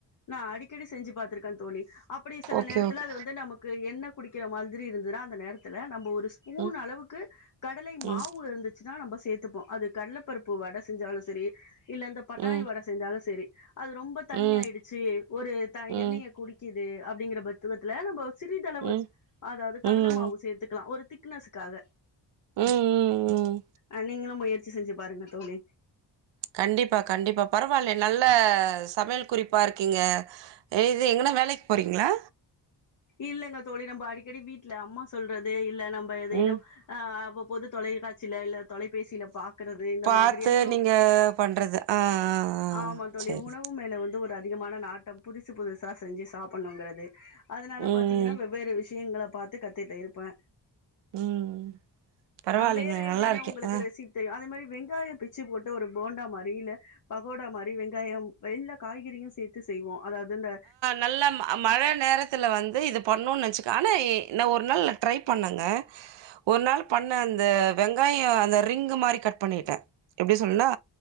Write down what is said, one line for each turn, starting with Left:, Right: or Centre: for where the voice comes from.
Left: நா அடிக்கடி செஞ்சு பாத்துருக்கே தோழி அப்டி சில
Right: ஓகே
Left: நேரத்துல
Right: ஓகே
Left: அது வந்து நமக் க்கு என்ன குடிக்கிற மாதிரி இருந்ததுன்னா அந்த நேரத்துல நம்ப ஒரு ஸ் பூன்
Right: ம்
Left: அளவுக்கு கடலை மாவு
Right: ம்
Left: இருந்து ச்சுனா நம்ம சேத்துப்போ அது கடல பருப்பு வட செஞ்சாலு செரி இல்ல இந்த பட்டாணி
Right: ம்
Left: வட செஞ்சாலு செரி அது ரொம்ப தண்ணியாய்டுச்சு
Right: ம்
Left: ஒரு த
Right: ம்
Left: எண்ணெயை குடிக்கித் து அப்டிங்கிற பக்குவத்துல நம்ப சிறிதளவு
Right: ம் ம்
Left: அதாவ்து கடல
Right: ம்
Left: மாவு சேத்துக்கலா ஒரு திக் னஸ்காக
Right: ம் ம்
Left: அ நீங்களு முயற்சி செஞ்சு பாருங்க தோழி
Right: கண்டிப்பா கண்டிப்பா பரவால்ல நல்ல சமையல் குறிப்பா இருக்கீங்க இது எங்கனா வேலைக் போறீங்களா
Left: இல்லங்க தோழி நம்ம அடிக்கடி வீட்ல அம்மா சொல்றது இல்ல நம்ம ஏதேன்னு
Right: ம்
Left: ஆ அப்போ பொது தொலைக்காட்சில இல்ல தொலைபேசில பாக்கறது இந்த
Right: பாத்து
Left: மாதிரி எனக்கு
Right: நீங்க பண்றது ஆ ஆ ஆ
Left: ஆமா தோழி
Right: செரி
Left: உணவு மேல வந்து ஒரு அதிகமான நாட்டம் புதுசு புதுசா செஞ்சு சாப்புட்ணுங்கறது அதனால
Right: ம்
Left: பாத்தீங்கன்னா வெவ்வேறு விஷயங்கள பாத்து கத்துட்டு இருப்பே
Right: ம் பரவாயில்லைங்களே
Left: அ வேற ஏதேனு
Right: நல்லா இருக்கே
Left: உங்களுக்கு
Right: ஆ
Left: ரெசிப் தெரியு அதே மாரி வெங்காயோ பிச்சு போட்டு ஒரு போண்டாமாரி இல்ல பகோடாமாரி வெங்காயோ எல்லா காய்கறியு சேத்து செய்வோ அதாவ்து இந்த
Right: நல்ல மழ நேரத்துல வந்து இது பண்ணுன் நேச்சுக்க ஆனா நா ஒரு நாள் ட்ரை பண்ணங்க ஒரு நாள் பண்ண அந்த வெங்காயோ அந்த ரிங்கு மாரி கட் பண்ணிட்டே எப்டி சொல்னுனா